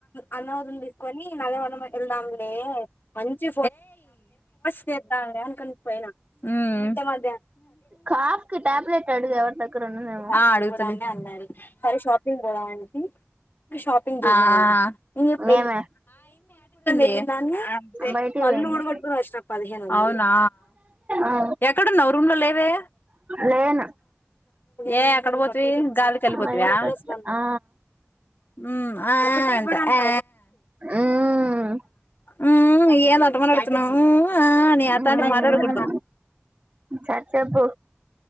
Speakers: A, on the left; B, on the right.
A: అన్న వదిన తీసుకొని నదమన వెళ్దాంలే మంచి చేద్దా అనుకని పోయినా ఉ ఇంతే మధ్య
B: కాఫ్ కి టాబ్లెట్ అడుగు ఎవరి దగ్గర ఉన్నదేమో
A: ఆ అడుగుతానే అన్నారు సరే షాపింగ్ పోదామనేసి షాపింగ్ కి
B: ఏమే
A: <inaudible> నంత దే
B: బయటికి
A: పల్లు
B: పోయింది
A: ఉడ్గట్ అష్ట పదిహేను అవునా
B: ఆ
A: ఎక్కడున్నవు రూమ్లో లేవే
B: లేను
A: ఏ ఎక్కడ పోతివి గా వచ్చి వెళ్లి పోతివ
B: బయటకి వచ్చా
A: వస్తున్నాను
B: ఆ
A: ఊ ఆ అంట ఆ
B: మ్మ్
A: ఊ ఏంది అట్ట మాట్టాడుతున్నావ్ ఊ ఆ అని అట్టంతా
B: మ్మ్
A: మాట్లాడకూడదు
B: సరే చెప్పు